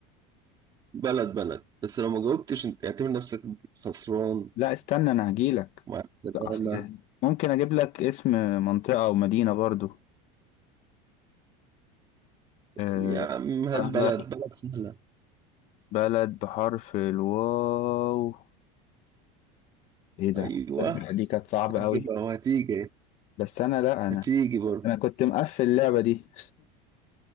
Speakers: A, on the right; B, on the left.
A: بلد بلد بس لو ما جاوبتش أنت اعتبر نفسك خسران
B: لا استنى أنا هجيلك
A: مع السلامة
B: لا، أصل ممكن أجيب لك اسم منطقة أو مدينة برضو آه
A: يا عم هات
B: بلد
A: بلد بلد سهلة
B: بلد بحرف الواو ايه ده
A: أيوة
B: التتبيله دي كانت صعبة
A: هتجيبها
B: قوي
A: وهتيجي
B: بس انا لا انا
A: هتيجي برضه
B: انا كنت مقفل اللعبة دي